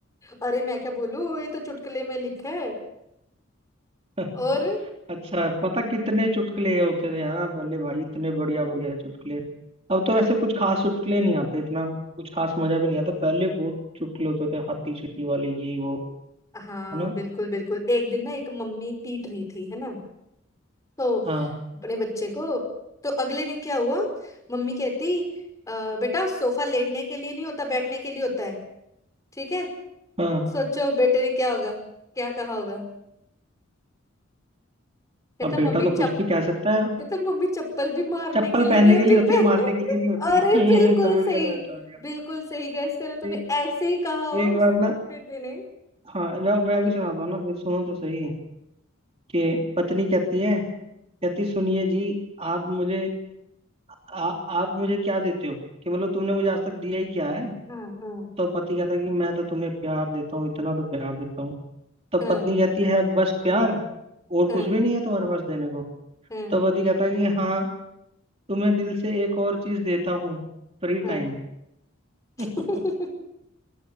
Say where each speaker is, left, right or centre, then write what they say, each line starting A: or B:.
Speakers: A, on the left (about 15°); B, on the right (about 30°).
A: अरे मैं क्या बोलूं ये तो चुटकुले में लिखा है
B: <laughs>
A: और
B: अच्छा पता कितने चुटकुले ये होते थे है ना पहले भाई इतने बढ़िया बढ़िया चुटकुले अब तो वैसे कुछ खास चुटकुले नहीं आते इतना कुछ खास मजा भी नहीं आता पहले बहुत चुटकुले होते थे हाथी चींटी वाले ये वो
A: हाँ
B: है ना
A: बिल्कुल बिल्कुल एक दिन ना एक मम्मी पीट रही थी है ना तो
B: हाँ
A: अपने बच्चे को तो अगले दिन क्या हुआ मम्मी कहती "अ, बेटा सोफा लेटने के लिए नहीं होता बैठने के लिए होता है ठीक है
B: हाँ
A: सोचो बेटे ने क्या होगा क्या कहा होगा कहता
B: अब बेटा
A: मम्मी
B: तो
A: चप
B: कुछ भी कह सकता है
A: कहता मम्मी चप्पल भी मारने
B: चप्पल
A: के लिए
B: पहनने
A: नहीं होती
B: के लिए होती
A: पे
B: है मारने के लिए
A: <laughs>
B: नहीं होती
A: अरे
B: <laughs>
A: बिल्कुल
B: समझ
A: सही
B: गया था
A: बिल्कुल सही गैस करो तूने
B: ए,
A: ऐसे ही कहा
B: एक
A: उस
B: बार ना
A: बेटे ने
B: हाँ मैं मैं भी सुनाता हूँ ना फिर सुनो तो सही कि पत्नी कहती है कहती सुनिए जी आप मुझे आ, आप मुझे क्या देते हो कि मतलब तुमने मुझे आज तक दिया ही क्या है
A: हाँ हाँ
B: तो पति कहता है कि मैं तो तुम्हें प्यार देता हूँ इतना तो प्यार देता हूँ तो
A: हाँ
B: पत्नी कहती है बस प्यार और
A: हाँ
B: कुछ भी नहीं है तुम्हारे पास देने को
A: हाँ
B: तो पति कहता है कि हाँ तुम्हें दिल से एक और चीज देता हूँ फ्री
A: हाँ
B: टाइम <laughs>
A: <laughs>